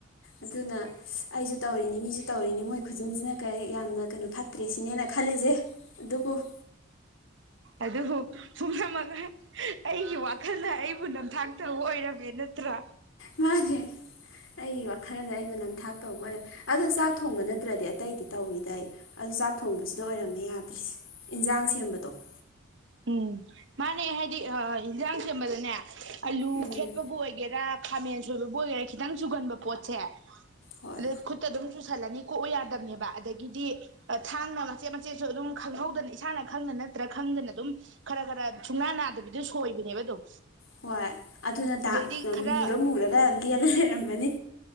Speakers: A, on the left; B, on the right.
A: ꯑꯗꯨꯅ ꯑꯩꯁꯨ ꯇꯧꯔꯤꯅꯤ ꯃꯤꯁꯨ ꯇꯧꯔꯤꯅꯤ ꯃꯣꯏ ꯈꯨꯖꯤꯟꯁꯤꯅ ꯀꯩ ꯌꯥꯝꯅ ꯀꯩꯅꯣ ꯐꯠꯇ꯭ꯔꯦ ꯁꯤꯅꯦꯅ ꯈꯜꯂꯤꯁꯦ ꯑꯗꯨꯕꯨ ꯎ
B: ꯑꯗꯨꯕꯨ ꯄꯨꯝꯅꯃꯒ ꯑꯩꯒꯤ ꯋꯥꯈꯜꯗ ꯑꯩꯕꯨ ꯅꯝꯊꯥꯛꯇꯕ ꯑꯣꯏꯔꯝꯃꯦꯅ ꯀꯨꯗ꯭ꯔꯥ
A: ꯃꯥꯅꯦ ꯑꯩꯒꯤ ꯋꯥꯈꯜꯅ ꯑꯩꯕꯨ ꯅꯝꯊꯥꯛ ꯇꯧꯕ ꯑꯣꯏꯔꯝ ꯑꯗꯣ ꯆꯥꯛ ꯆꯥꯛ ꯊꯣꯡꯕ ꯅꯠꯇ꯭ꯔꯗꯤ ꯑꯇꯩꯗꯤ ꯇꯧꯋꯤꯗꯩ ꯑꯗꯨ ꯆꯥꯛ ꯊꯣꯡꯕꯁꯤꯗ ꯑꯣꯏꯔꯝꯃꯦ ꯌꯥꯗꯔꯤꯁꯦ ꯏꯟꯖꯥꯡ ꯁꯦꯝꯕꯗꯣ <unintelligible>
B: ꯎꯝ ꯃꯥꯅꯦ ꯍꯥꯏꯗꯤ ꯌꯦꯟꯖꯥꯡ ꯁꯦꯝꯕꯗꯅꯦ ꯑꯥꯂꯨ
A: ꯎꯝ
B: ꯈꯦꯠꯄꯕꯨ ꯑꯣꯏꯒꯦꯔꯥ ꯈꯥꯃꯦꯟ ꯁꯣꯏꯕꯕꯨ ꯑꯣꯏꯒꯦꯔꯥ ꯈꯤꯇꯪ ꯆꯨꯒꯟꯕ ꯄꯣꯠꯁꯦ
A: ꯍꯣꯏ
B: ꯔꯦ ꯈꯨꯠꯇ ꯑꯗꯨꯝ ꯆꯨꯁꯜꯂꯅꯤ ꯀꯣꯛꯎ ꯌꯥꯗꯕꯅꯦꯕ ꯑꯗꯒꯤꯗꯤ ꯊꯥꯡꯅ ꯃꯆꯦꯠ ꯃꯆꯦꯠꯁꯨ ꯑꯗꯨꯝ ꯈꯪꯍꯧꯗꯅ ꯏꯁꯥꯅ ꯈꯪꯗꯅ ꯅꯠꯇ꯭ꯔꯥ ꯈꯪꯗꯅ ꯑꯗꯨꯝ ꯈꯔ ꯈꯔ ꯁꯨꯡꯅꯥ ꯅꯥꯗꯕꯤꯗꯣ ꯁꯣꯏꯕꯅꯦꯕ ꯑꯗꯨꯝ
A: ꯍꯣꯏ ꯑꯗꯨꯅ ꯗꯥꯛ
B: ꯑꯗꯩꯗꯤ ꯈꯔ
A: ꯃꯨꯔ ꯃꯨꯔꯒ ꯂꯦꯜꯂ ꯂꯩꯔꯝꯃꯅꯤ